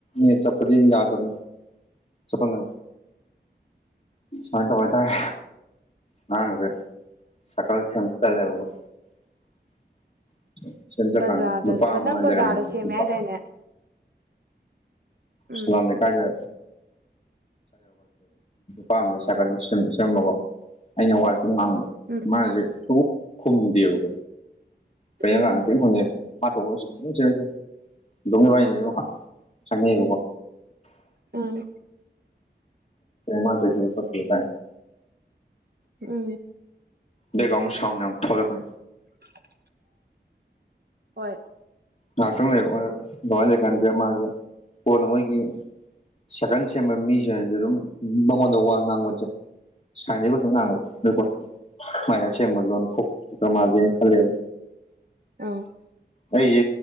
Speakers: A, on the left (about 35°); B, on the right (about 60°).
A: ꯏ ꯆꯠꯄꯗꯤ ꯌꯥꯗꯕꯅꯤ ꯆꯠꯄ ꯉ ꯁꯨꯃꯥꯏ ꯇꯧꯕ ꯍꯥꯏꯇꯥꯔꯦ ꯉꯔꯥꯡꯁꯦ ꯁꯀꯜ <unintelligible> ꯁ ꯆꯀꯥꯥꯟ
B: ꯕꯖꯥꯔꯗ
A: ꯅꯨꯄꯥ ꯑꯃ
B: ꯅꯪ
A: ꯂꯩꯔꯃꯦ
B: ꯕꯖꯥꯔꯗ ꯁꯦꯝꯃꯦ
A: <unintelligible>
B: ꯍꯥꯏꯗꯥꯏꯅꯦ ꯎꯝ
A: ꯁꯂꯝ ꯀꯥꯏꯗ ꯄꯥꯝ ꯁꯥꯠ ꯁꯝꯕꯀꯣ ꯑꯩꯅ ꯋꯥ ꯗ
B: ꯎꯝ
A: ꯃꯥꯁꯦ ꯊ ꯈꯨꯨꯝꯗꯦꯕꯀꯣ ꯀꯩꯅꯩꯅꯀꯥꯡꯅ
B: ꯎꯝ
A: ꯀ ꯈꯪꯉꯦ ꯃꯥꯊ ꯃꯤꯕꯏꯅꯤ ꯆꯉꯦꯕꯀꯣ
B: ꯑꯥ
A: ꯃꯥꯗ ꯐꯇ ꯀ <unintelligible>
B: ꯎꯝ
A: ꯕꯦꯛꯒ꯭ꯔꯎꯜ ꯁꯎꯜ ꯌꯥꯝ ꯊꯣꯛꯍꯜꯂꯀꯅꯨ
B: <inaudible> ꯍꯣꯏ
A: ꯉꯥꯏꯍꯥꯛꯇꯪ ꯂꯩ ꯉ <unintelligible> ꯂꯩꯀꯥꯟꯁꯦ ꯃꯥꯁꯦ ꯀꯣꯟꯅ ꯃꯣꯏꯒꯤ ꯁꯥꯏꯀꯟ ꯁꯦꯝꯕ ꯃꯤꯁꯤꯡꯅꯁꯨ ꯑꯗꯨꯝ ꯃꯉꯣꯟꯗ ꯋꯥ ꯉꯥꯡꯕꯁꯦ ꯁꯥꯏꯗꯒꯤ ꯀꯩꯁꯨꯨꯝ ꯉꯥꯡꯕ <unintelligible> ꯅꯣꯏ ꯃꯥꯏ ꯑꯁꯦꯡꯕ ꯂꯣꯟ ꯊꯣꯛ ꯃꯥꯜꯂꯦꯅ ꯈꯜꯂꯦꯕ
B: ꯑꯥ
A: ꯑꯩ